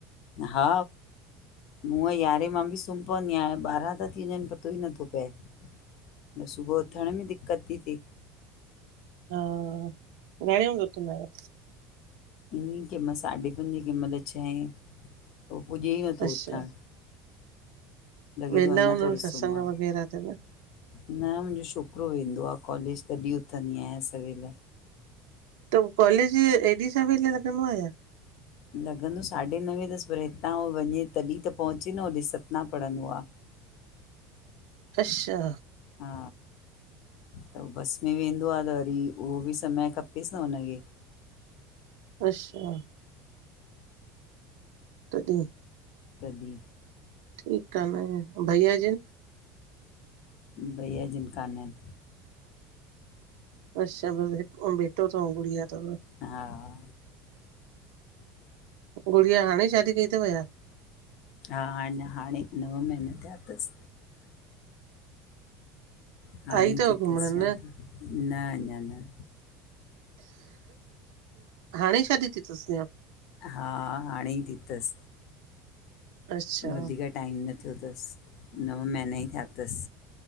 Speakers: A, on the left (about 45°); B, on the right (about 85°).
A: हा हुंअ यारहें मां बी सुम्म पवंदी आहयां, हांणें ॿारहां ता थी वञन पतो ई नथो पए। न सुबुह जो उथण में दिक्क़त ती थे।
B: हा, घणें वॻे उथंदा आहयो?
A: ईअं केंह मल साढे पंजे केंह मल छहें पो पुॼे ई नथो
B: अच्छा
A: उथंण लॻे
B: वेंदा
A: तो अञा
B: हूंदव
A: थोड़ो
B: सत्संग
A: सुम्मा।
B: वग़ैरह ते न
A: न मुंजो शोकरो वेंदो आहे कॉलेज तॾहिं उथंदी आहियां सवेल।
B: त कॉलेज ऐॾी सवेल लॻंदो आ छा?
A: लॻंदो साढे नवें तस पर हितां हो वञे तॾहिं त पहुंचे न होॾे, सतना पढ़ंदो आ।
B: अश्शा
A: हा त बस में वेंदो आ त वरी उहो बी समय खपेस न हुनखे।
B: अश्शा तॾहिं,
A: तॾहिं
B: ठीक आ न। भैया जन
A: भईया जन कानन।
B: अश्शा बस हिक बेटो तव, गुड़िया तव?
A: हा
B: गुड़िया हाणे शादी कई तव छा?
A: हा अञा हाणे नव महीना थैया तस। हाणे
B: आई अथव
A: थी
B: घुमण
A: तस छा
B: न
A: न अञा न
B: हाणें शादी थी तस छा?
A: हा हाणें ई थी तस।
B: अच्छा
A: वधीक टाइम न थैयो तस नव महीना ई थैया तस।